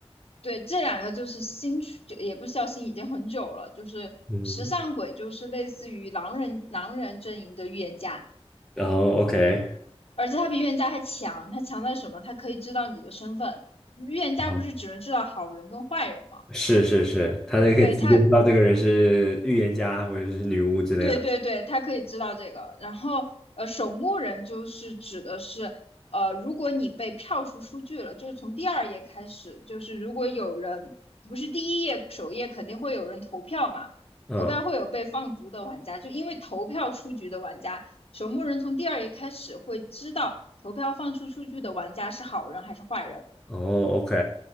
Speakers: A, on the left; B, in the centre.
A: 对，这两个就是新区，就也不是叫新，已经很久了。就是石像鬼，
B: 嗯，
A: 就是类似于狼人狼人阵营的预言家，
B: 然后 OK，
A: 而且他比预言家还强。他强在什么？他可以知道你的身份。预言家不是只能知道好人跟坏人吗？
B: 好，是是是，他就可以直接知道这个人是预言家或者是女巫之类的，
A: 对，他对对对，他可以知道这个。然后，呃，守墓人就是指的是，呃，如果你被票出出局了，就是从第二页开始，就是如果有人不是第一页首页肯定会有人投票嘛，
B: 嗯，
A: 投票会有被放逐的玩家，就因为投票出局的玩家，守墓人从第二页开始会知道投票放出出去的玩家是好人还是坏人。
B: 哦，OK，